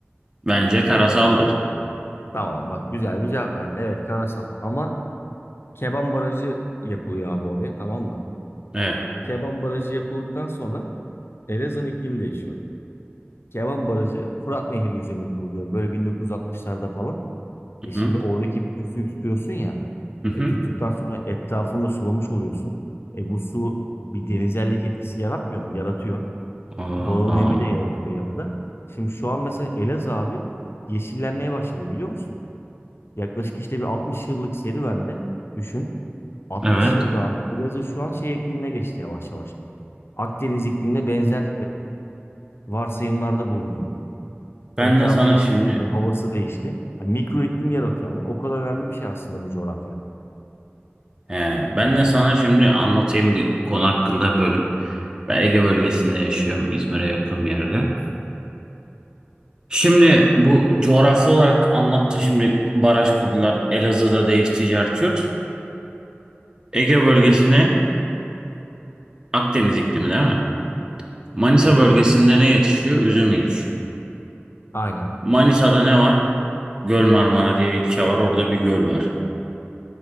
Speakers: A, on the right; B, on the left.
A: Bence karasaldır.
B: Tamam bak güzel bir cevap verdin. Evet karasal ama Keban Barajı yapılıyor abi oraya tamam mı?
A: Evet.
B: Keban Barajı yapıldıktan sonra Elazığ'ın iklimi değişiyor. Keban Barajı Fırat Nehri üzerine kuruluyor. Böyle 1960'larda falan. E şimdi
A: Hı hı.
B: oradaki bütün suyu tutuyorsun ya.
A: Hı hı.
B: E tuttuktan sonra etrafında sulamış oluyorsun. E bu su bir denizellik etkisi yaratmıyor mu? Yaratıyor.
A: Aa,
B: E bağıl nemi de yaratıyor yanında. Şimdi şu an mesela Elazığ abi yeşillenmeye başladı biliyor musun? Yaklaşık işte bir 60 yıllık serüvende düşün. 60
A: evet.
B: yılda abi Elazığ şu an şey iklimine geçti yavaş yavaş. Akdeniz iklimine benzer varsayımlarda bulunuyor diyeyim.
A: Ben
B: Etrafı
A: de sana
B: yeşillendi,
A: şimdi
B: havası değişti. Hani mikro iklim yaratıyor ama o kadar önemli bir şey aslında bu coğrafya.
A: he, ben de sana şimdi anlatayım bir konu hakkında böl ben Ege bölgesinde yaşıyorum. İzmir'e yakın bir yerde. Şimdi bu coğrafi olarak anlattı şimdi baraj kurdular. Elazığ'da değişti Cerçurt. Ege bölgesine Akdeniz iklimi değil mi? Manisa
B: Evet,
A: bölgesinde ne yetişiyor? Üzüm yetişiyor.
B: aynen.
A: Manisa'da ne var? Göl Marmara diye ilçe var. Orada bir göl var.